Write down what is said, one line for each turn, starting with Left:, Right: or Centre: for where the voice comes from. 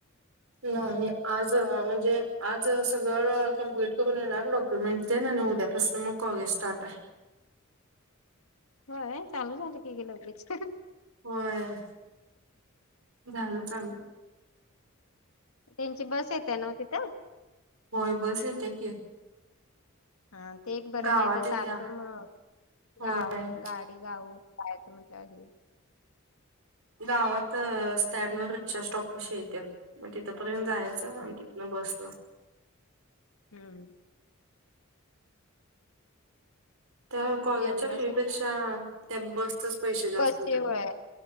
Right: नाही आज म्हणजे आज सगळं कंप्लीट करून येणार मग डॉक्युमेंट्स मग उद्यापासून कॉलेजस्टार्ट.
Left: होय चालू झाले की लगेच.
Right: होय. झालं चालू
Left: त्यांची बस येत्यि नव तिथं?
Right: होय बस य त्या की,
Left: हा ते एक बरं
Right: गावात
Left: नाही तर
Right: येत्या
Left: सारखं म ग गाव
Right: होय
Left: गाडी- गाडी गाव करायचं म्हनलं कि-
Right: गावात स्टँड वर रिक्षा स्टॉप पशी येते मग तिथपर्यंत जायचं
Left: होतंय.
Right: आणि- मग बस ने
Left: हम्म
Right: त्या कॉलेजच्या
Left: जेवला
Right: फी
Left: सग
Right: पेक्षा त्या बसच पैसे- जास्त
Left: बस चे
Right: होतात
Left: व्हय.